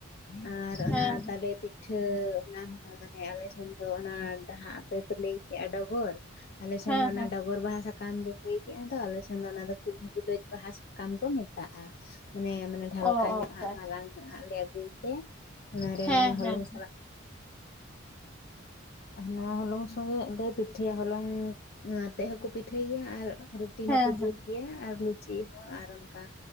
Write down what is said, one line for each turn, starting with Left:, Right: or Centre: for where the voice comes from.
Left: ᱟᱨ ᱚᱱᱟ
Centre: ᱦᱮᱸ
Left: ᱛᱟᱞᱮᱼᱼ ᱯᱤᱴᱷᱟᱹ ᱚᱱᱟ ᱦᱚᱸ ᱢᱟᱱᱮ ᱟᱞᱮᱥᱮᱱ ᱫᱚ ᱚᱱᱟ ᱰᱟᱦᱟ ᱟᱯᱮ ᱯᱮ ᱞᱟᱹᱭ ᱠᱮᱫᱼᱟ ᱰᱚᱜᱚᱨ ᱟᱞᱮ ᱥᱮᱱ
Centre: ᱦᱮᱸ
Left: ᱫᱚ ᱚᱱᱟ
Centre: ᱦᱮᱸ
Left: ᱰᱚᱜᱚᱨ ᱵᱟᱦᱟ ᱥᱟᱠᱟᱢ ᱵᱮᱱ ᱞᱟᱹᱭ ᱠᱮᱜᱼᱟ ᱫᱚ ᱟᱞᱮᱥᱮᱱ ᱫᱚ ᱚᱱᱟ ᱫᱚ ᱠᱷᱩᱵ ᱜᱩᱞᱟᱹᱡ ᱵᱟᱦᱟ ᱥᱟᱠᱟ ᱠᱟᱢ ᱠᱚ ᱢᱮᱛᱟᱜᱼᱟ ᱾ ᱢᱟᱱᱮ ᱢᱟᱱᱮ ᱰᱷᱟᱞᱠᱟ
Centre: ᱚ ᱚ
Left: ᱧᱚᱜ
Centre: ᱟᱪᱪᱷᱟ
Left: ᱟᱜ ᱢᱟᱨᱟᱝ ᱧᱚᱜ ᱞᱮ ᱟᱹᱜᱩᱭ ᱛᱮ, ᱚᱱᱟ
Centre: ᱟᱪᱪᱷᱟ
Left: ᱨᱮ ᱢᱟᱱᱮ ᱦᱚᱞᱚᱝᱼᱼ
Centre: ᱦᱮᱸ ᱦᱮᱸ
Left: <inaudible> ᱱᱚᱣᱟ ᱦᱚᱞᱚᱝ ᱥᱚᱸᱜᱮᱜ ᱞᱮ ᱯᱤᱴᱷᱟᱹᱭᱟ ᱦᱚᱞᱚᱝ ᱱᱚᱣᱟᱛᱮ ᱦᱚᱸᱠᱚ ᱯᱤᱴᱷᱟᱹᱭ ᱜᱮᱭᱟ ᱟᱨ ᱨᱩᱴᱤ
Centre: ᱦᱮᱸ
Left: ᱢᱟᱠᱚ ᱡᱩᱛ
Centre: ᱦᱮᱸ ᱦᱮᱸ
Left: ᱜᱮᱭᱟ ᱟᱨ ᱞᱩ ᱪᱤ ᱦᱚᱸ ᱟᱨ ᱚᱱᱠᱟ